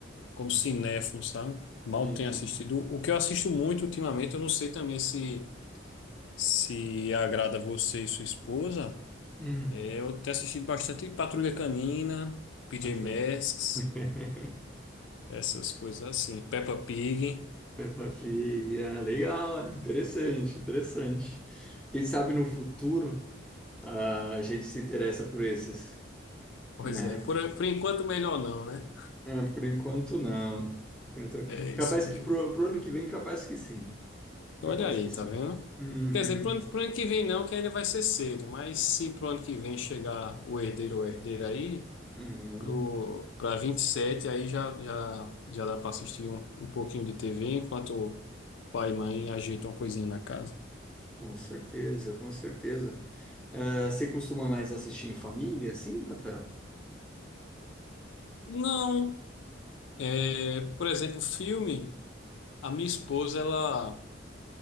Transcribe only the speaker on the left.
como cinéfilo, sabe? Mal
tenho assistido. O que eu assisto muito ultimamente, eu não sei também se se agrada a você e sua esposa.
É, eu tenho assistido bastante Patrulha Canina, PJ
Masks,
essas coisas assim, Peppa Pig.
Pois
é, por, por enquanto melhor não, né?
É
isso mesmo.
Olha aí,
tá vendo?
Quer dizer, pro ano, pro ano que vem não, que ainda vai ser cedo, mas se pro ano que vem chegar o herdeiro ou herdeira aí,
pro, pra 27 aí já, já, já dá para assistir um, um pouquinho de TV enquanto o pai e mãe ajeitam uma coisinha na casa.
Não, é, por exemplo, filme, a minha esposa, ela,